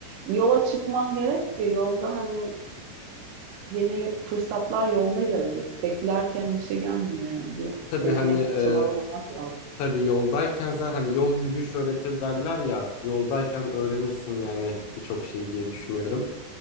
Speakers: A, on the right; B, on the left.
A: yola çıkman gerek ki yolda hani yeni fırsatlar yolda gelecek. Beklerken bir şey gelmiyor yani biraz.
B: Tabii
A: Denemek,
B: hani e,
A: çabalamak lazım.
B: tabii yoldayken zaten hani yol yürüyüş öğretir derler ya. Yoldayken öğrenirsin yani birçok şey diye düşünüyorum.